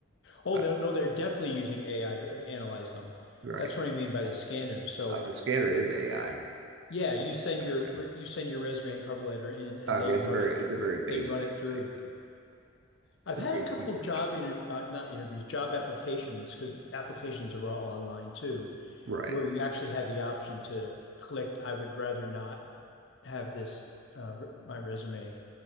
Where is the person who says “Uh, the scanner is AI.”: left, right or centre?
Right